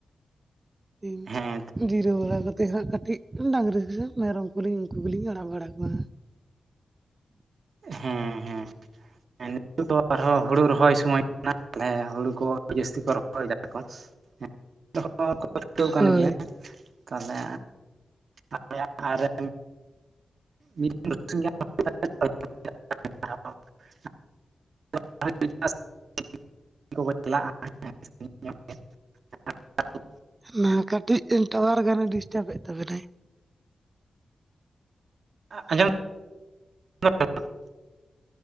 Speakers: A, on the right; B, on the right.
A: ᱤᱧ
B: ᱦᱮᱸ
A: ᱡᱤᱨᱟᱹᱣ ᱵᱟᱲᱟ ᱠᱟᱛᱮ ᱦᱟᱸᱜ ᱠᱟᱹᱴᱤᱡᱼᱼ ᱰᱟᱝᱨᱤ ᱜᱮᱥᱮᱫ ᱢᱮᱨᱚᱢ ᱠᱚᱞᱤᱧ ᱩᱱᱠᱩ ᱜᱮᱞᱤᱧ ᱟᱲᱟᱜ ᱵᱟᱲᱟ ᱠᱚᱣᱟ᱾
B: ᱦᱮᱸ ᱦᱮᱸᱼᱼ ᱱᱤᱛᱚᱜ ᱫᱚ ᱟᱨᱦᱚᱸ ᱦᱩᱲᱩ ᱨᱚᱦᱚᱭ ᱥᱢᱚᱭ ᱠᱟᱱᱟ ᱛᱟᱦᱮ ᱦᱩᱲᱩ ᱠᱚ ᱡᱟᱹᱥᱛᱤ ᱠᱚ ᱨᱚᱦᱚᱭ ᱫᱟ ᱠᱚᱼᱼ ᱦᱮᱸ ᱱᱤᱛᱚᱜ ᱦᱚ ᱠᱚ ᱪᱷᱩᱴᱟᱹᱣ ᱟᱠᱟᱱ
A: ᱦᱳᱭ
B: ᱜᱮᱭᱟ᱾ ᱛᱟᱦᱞᱮ ᱟᱞᱮᱭᱟᱜ ᱨᱮ ᱢᱤᱫ ᱵᱟᱨᱥᱤᱧ <unintelligible> <unintelligible> ᱪ ᱠᱚᱠᱚ ᱪᱟᱞᱟᱜᱼᱟ <unintelligible>
A: ᱢᱟ ᱠᱟᱹᱴᱤᱡ ᱴᱟᱣᱟᱨ ᱜᱟᱱᱮ ᱰᱤᱥᱴᱟᱵᱫ ᱛᱟᱵᱤᱱᱟᱭ᱾
B: ᱟ ᱟᱸᱡᱚᱢ <unintelligible>